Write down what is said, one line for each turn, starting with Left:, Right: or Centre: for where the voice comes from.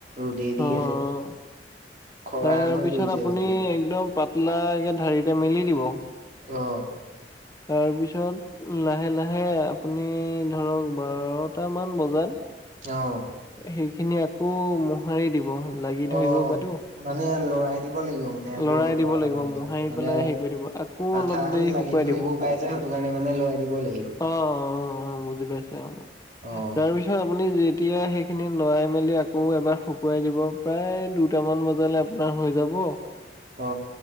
Right: ৰদেই দি
Left: অ
Right: আছে।
Left: অ।
Right: খৰাং
Left: তাৰপিছত
Right: হৈ পৰিছে
Left: আপুনি
Right: গোটেই
Left: একদম পাতলাকে ঢাৰিতে মেলি দিব।
Right: অ
Left: তাৰপিছত লাহে লাহে আপুনি ধৰক বাৰটামান বজাত
Right: অ
Left: সেইখিনি আকৌ মোহাৰি দিব। লাগি ধৰিব
Right: অ
Left: পাতো।
Right: মানে লৰাই দিব লাগিব। আকৌ
Left: লৰাই দিব
Right: বাৰটা
Left: লাগিব
Right: মান বিছত
Left: মোহাৰি
Right: মানে
Left: পেলাই হেৰি কৰি দিব আকৌ
Right: আঠা
Left: অলপ
Right: হৈ
Left: দেৰি
Right: লাগি
Left: শুকুৱাই
Right: ধৰিবও
Left: দিব। অ',
Right: পাই। দে সেইটোৰ কাৰণে মানে লৰাই দিব লাগিব
Left: অ', অ বুজি পাইছে অ
Right: অ',
Left: তাৰপিছত সআপুনি যেতিয়া সেইখিনি লৰাই মেলি আকৌ এবাৰ শুকুৱাই দিব প্ৰায় দুটামান বজালে আপোনাৰ হৈ যাব
Right: অ